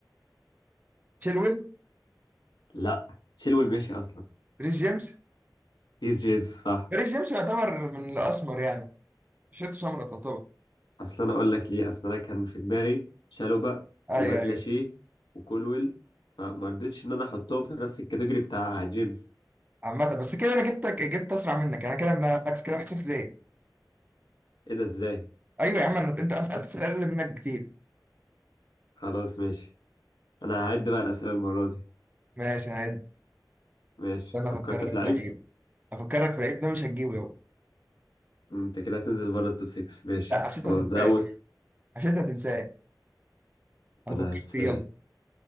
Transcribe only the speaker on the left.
لا تشيلويل مشي أصلا
هيث جيمس صح
اصل انا اقول لك ليه اصل انا كان في دماغي شالوبا
وبدلاشي
وكولويل فما رضيتش ان انا احطهم في نفس الكاتيجوري بتاع جيمس
ايه ده ازاي
خلاص ماشي انا هعد بقى الاسئله المره دي
ماشي
فكرت
في لعيب
انت كده هتنزل بره التوب 6 ماشي
خلاص
ده اول
انا
هتس